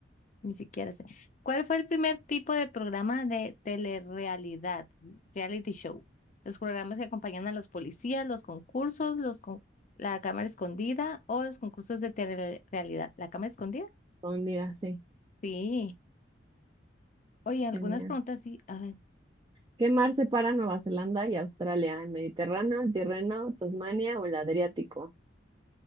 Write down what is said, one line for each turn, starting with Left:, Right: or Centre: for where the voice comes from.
Left: ni siquiera sé. ¿Cuál fue el primer tipo de programa de telerrealidad, reality show? Los programas que acompañan a los policías, los concursos, los con- la cámara escondida o los concursos de telerrealidad. ¿La cámara escondida?
Right: Pondría, sí.
Left: Sí. Oye, algunas
Right: Genial.
Left: preguntas sí. A ver.
Right: ¿Qué mar separa Nueva Zelanda y Australia? ¿El Mediterráneo, el Tirreno, Tasmania o el Adriático?